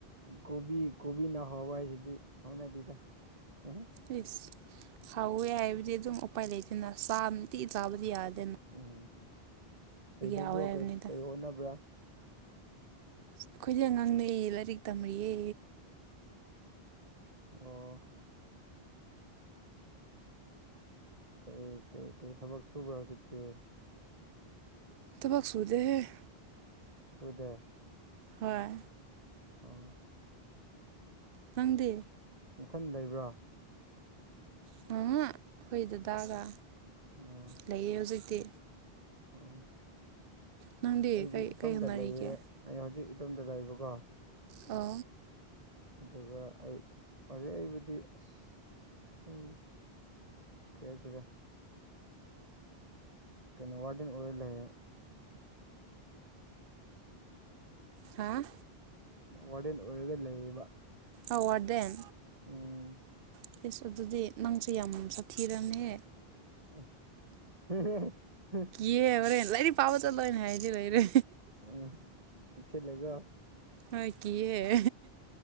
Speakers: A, on the right; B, on the right.
A: ꯀꯣꯕꯤ ꯀꯣꯕꯤ ꯍꯧꯕ ꯍꯥꯏꯁꯤꯗꯤ ꯍꯧꯥꯎꯅꯗꯦꯗ ꯎ
B: ꯑꯦꯁ ꯍꯥꯎꯋꯦ ꯍꯥꯏꯕꯗꯤ ꯑꯗꯨꯝ ꯎꯄꯥꯏ ꯂꯩꯗꯅ ꯆꯥ ꯝꯇꯤ ꯆꯥꯕꯗꯤ ꯌꯥꯗ꯭ꯔꯦ
A: ꯎꯝ ꯀꯩꯗꯧꯕ꯭ꯔꯣ
B: ꯍꯥꯎꯋꯦ ꯍꯥꯏꯕꯅꯤꯗ
A: ꯀꯩ ꯍꯣꯠꯅꯕ꯭ꯔꯥ
B: ꯑꯩꯈꯣꯏꯁꯦ ꯑꯉꯥꯡꯅꯩꯌꯦ ꯂꯥꯏꯔꯤꯛ ꯇꯝꯔꯤꯌꯦ
A: ꯑꯣ ꯀꯩ ꯀꯩꯀꯩ ꯊꯕꯛ ꯁꯨꯕ꯭ꯔꯣ ꯍꯧꯖꯤꯛꯇꯤ
B: ꯇꯕꯥꯛ ꯁꯨꯗꯦꯦ
A: ꯁꯨꯗꯦ
B: ꯍꯣꯏ
A: ꯑꯥ
B: ꯐꯪꯗꯦ
A: ꯃꯊꯟ ꯂꯩꯕ꯭ꯔꯣ
B: ꯃꯉ ꯍꯈꯣꯏꯗꯗꯥꯒ
A: ꯑ
B: ꯂꯩꯌꯦ ꯍꯧꯖꯤꯛꯇꯤ
A: ꯑꯣ
B: ꯅꯪꯗꯤ
A: ꯑꯩꯗꯤ
B: ꯀꯩ
A: ꯏꯇꯣꯝꯇ
B: ꯀꯩ ꯍꯣꯠꯅꯔꯤꯒꯦ
A: ꯂꯩꯌꯦꯦ ꯑꯩ ꯍꯧꯖꯤꯛ ꯏꯇꯣꯝꯇ ꯂꯩꯕꯀꯣ
B: ꯑ
A: ꯑꯗꯨꯒ ꯑꯩ ꯍꯧꯖꯤꯛ ꯑꯩꯕꯨꯗꯤ ꯑꯁ ꯁꯨꯝ ꯀꯦꯖꯤꯔꯦ ꯀꯩꯅꯣ ꯋꯥꯔꯗꯦꯟ ꯑꯣꯏꯔꯜ ꯂꯩ ꯍꯥꯏꯔꯦ
B: ꯍꯥꯥ
A: ꯋꯥꯔꯗꯦꯟ ꯑꯣꯏꯔꯒ ꯂꯩꯌꯦꯕ
B: ꯑꯋꯥꯔ ꯗꯦꯟ
A: ꯑꯣꯝ
B: ꯏꯁꯁ ꯑꯗꯨꯗꯤ ꯅꯪꯁꯨꯦ ꯌꯥꯝ ꯁꯥꯊꯤꯔꯝꯃꯦ
A: ꯑ <unintelligible>
B: ꯌꯦꯕꯔꯦꯟ ꯂꯥꯏꯗꯤ ꯄꯥꯕ ꯆꯠꯂꯣꯏꯅꯦ ꯍꯥꯏꯗꯤ ꯂꯩꯣꯏꯔꯦ
A: ꯎꯝ ꯄꯁꯦꯂꯒ
B: ꯍ ꯀꯑꯦ